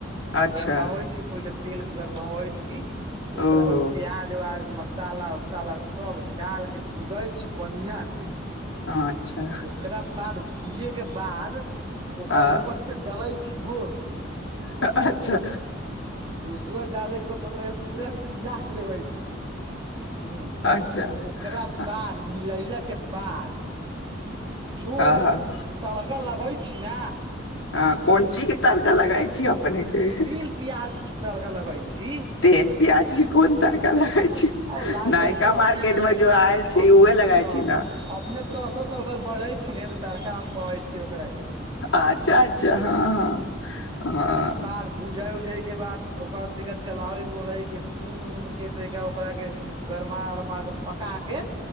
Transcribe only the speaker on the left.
अच्छा
ओहो
ह अच्छा
हँ
अच्छा
अच्छा
हँ
हँ
हँ कोन ची तारखा लगाइ छी अपने एक
तेल प्याज की कोन तरका
लगाय छी
नयका
मार्केट
में जो आयल छै
उहे लगाइ छी ने
अच्छा अच्छा हँ हँ हँ